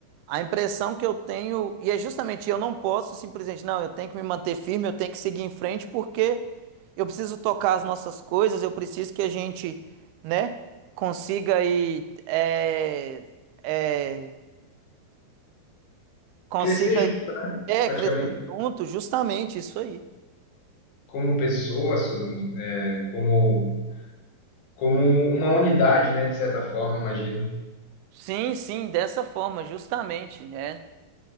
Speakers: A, on the right; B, on the left.
A: A impressão que eu tenho, e é justamente eu não posso simplesmente, não, eu tenho que me manter firme, eu tenho que seguir em frente porque eu preciso tocar as nossas coisas, eu preciso que a gente, né, consiga aí, é, é, consiga
B: Crescer junto,
A: é,
B: praticamente,
A: crescer junto, justamente isso aí.
B: como pessoa, so- é, como, como uma unidade, né? De certa forma, imagino.
A: Sim, sim, dessa forma, justamente, é.